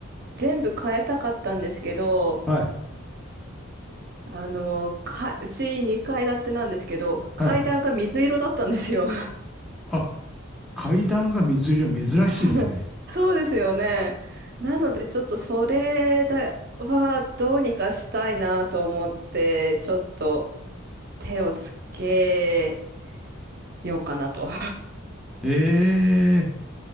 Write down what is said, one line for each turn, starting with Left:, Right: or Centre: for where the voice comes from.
Right: 全部変えたかったんですけど、
Centre: はい。
Right: あの、か、うち2階建てなんですけど、階段が水色だったんですよ。
Centre: はい。あ、階段が水色、珍しいですね。
Right: <laughs> そうですよね。なので、ちょっとそれだはどうにかしたいなと思って、ちょっと手をつけようかなと。
Centre: ええ